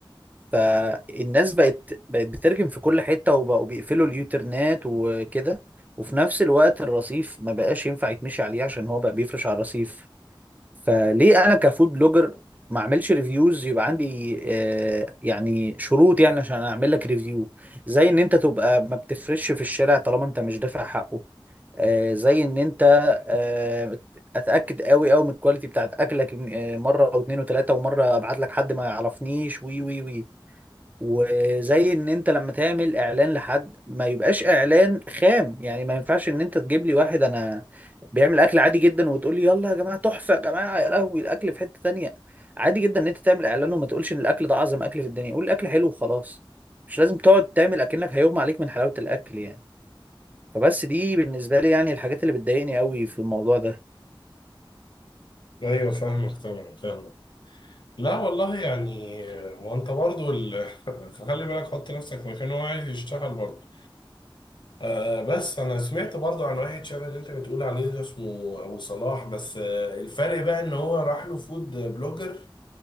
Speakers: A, on the right; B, on the left.
A: فالناس بقت بقت بترجم في كل حتة وبقوا بيقفلوا اليوترنات وكده وفي نفس الوقت الرصيف ما بقاش ينفع يتمشي عليه عشان هو بقى بيفرش على الرصيف فليه انا كفود بلوجر ما اعملش ريفيوز يبقى عندي آه، يعني شروط يعني عشان اعمل لك ريفيو زي ان انت تبقى ما بتفرش في الشارع طالما انت مش دافع حقه آه، زي ان انت آه، اتاكد قوي قوي من الكواليتي بتاعت اكلك آه، مره او اتنين وتلاته ومره ابعت لك حد ما يعرفنيش وي وي وي وزي ان انت لما تعمل اعلان لحد ما يبقاش اعلان خام يعني ما ينفعش ان انت تجيب لي واحد انا بيعمل اكل عادي جدا وتقول لي يلا يا جماعه تحفه يا جماعه يا لهوي الاكل في حته تانية عادي جدا ان انت تعمل اعلان وما تقولش ان الاكل ده اعظم اكل في الدنيا قول الاكل حلو وخلاص مش لازم تقعد تعمل اكنك هيغمى عليك من حلاوه الاكل يعني فبس دي بالنسبه لي يعني الحاجات اللي بتضايقني قوي في الموضوع ده
B: أيوه فاهمك طبعا فاهمك لا والله يعني آه، وأنت برضو ال... <laughs> خلي بالك حط نفسك مكان هو عايز يشتغل برضو آه بس انا سمعت برضو عن واحد شبه اللي انت بتقول عليه ده اسمه ابو صلاح بس آه الفرق بقى ان هو راح له فود بلوجر